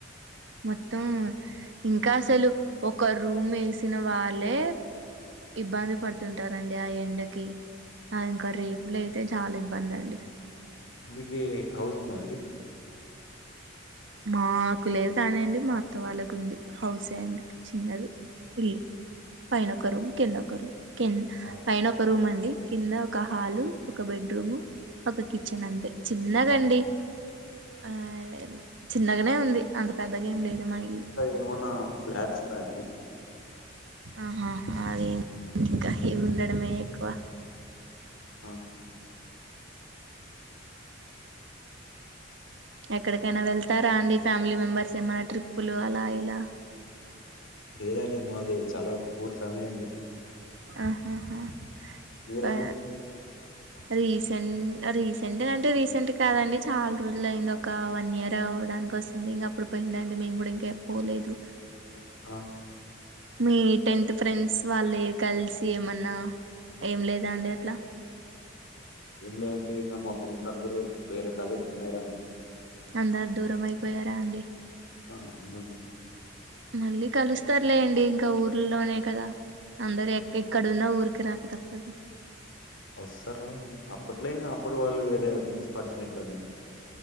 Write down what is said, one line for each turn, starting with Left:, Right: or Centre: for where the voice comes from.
Right: మొత్తం ఇంకా అసలు ఒక రూమ్ వేసిన వాళ్ళే ఇబ్బంది పడుతుంటారండి ఆ ఎండకి ఆ ఇంకా రేకులైతే చాల ఇబ్బందండి
Left: మీకి హౌస్ ఉందా అండి
Right: మాకు లేదు కానీండి మా అత్త వాళ్ళకుంది హౌసే అండి చిన్నది ఇల్లు పైనొకరం కిందొకరు కింద్
Left: ఆ,
Right: పైన ఒక రూమ్ అండి కింద ఒక హాలు ఒక బెడ్రూము ఒక కిచెన్ అంతే చిన్నదండి ఆ చిన్నగనే ఉంది అంత పెద్దగేం లేదు మా ఇల్లు
Left: ఏమనా ఫ్లాట్స్ ఉన్నాయండి
Right: ఆహాహా అవేం ఇవుండడమే ఎక్కువ
Left: ఆ
Right: ఎక్కడికైనా వెళ్తారా అండి ఫ్యామిలీ మెంబర్స్ ఏమైన్న ట్రిప్పులు అలా ఇలా
Left: లేదండి మాది చాలా పూర్ ఫ్యామిలీ అండి
Right: ఆహాహా
Left: మీరండి?
Right: బా రీసెంట్ రీసెంట్ అంటే రీసెంట్ కాదండి చాలా రోజులు అయింది ఒక వన్ ఇయర్ అవడాని కోసం ఇంగ అప్పుడు పొంయిందండి మేం గుడా ఇంక పోలేదు.
Left: ఆ
Right: మీ టెన్త్ ఫ్రెండ్స్ వాళ్ళ కలిసి ఏమన్నా ఏం లేదాండి అట్లా
Left: ఏంలే అండి ఇంకా మా ఫ్రెండ్స్ అందరు వేరే కాలేజ్ చల్లదండి.
Right: అందరు దూరం అయిపోయారా అండి
Left: ఆ అవునండి
Right: మళ్ళీ కలుస్తార్ లేండి ఇంక ఊర్లోనే కదా అందరు ఎక్కెక్ క్కడున్న ఊరుకి రాక తప్పదు
Left: వస్తారు అప్పట్లో ఇంక అప్పుడు వాళ్ళు వేరే ఫ్రెండ్స్ పట్చిపోంటారుండి